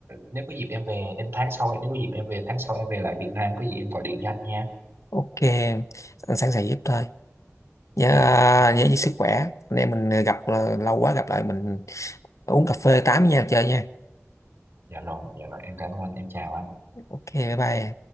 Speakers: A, on the right (about 55°); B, on the left (about 85°).
A: nếu có dịp em về em tháng sau nếu có dịp em về tháng sau em về lại Việt Nam có gì em gọi điện cho anh nha
B: ok anh sẵn sàng giúp thôi nhớ à,
A: dạ dạ
B: nhớ giữ sức khỏe anh em mình gặp là lâu quá gặp lại mình uống cà phê tám với nhau chơi nha
A: Dạ rồi, dạ rồi, em cảm ơn anh, em chào anh.
B: ok bye bye